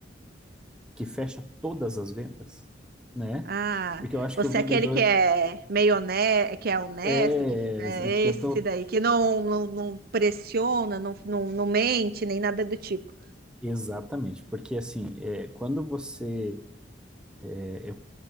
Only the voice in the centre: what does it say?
que fecha todas as vendas, né?
Porque eu acho
que o vendedor
é,
tentou.
Exatamente, porque assim, é, quando você. é, eu,